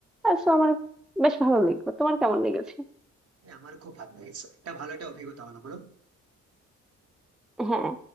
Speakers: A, in the centre; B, on the right (about 55°).
A: সো আমার বেশ ভালো লাগলো তোমার কেমন লেগেছে
B: হ্যাঁ, আমার খুব ভালো লেগেছে একটা ভালো একটা অভিজ্ঞতা হলো বলো
A: হ্যাঁ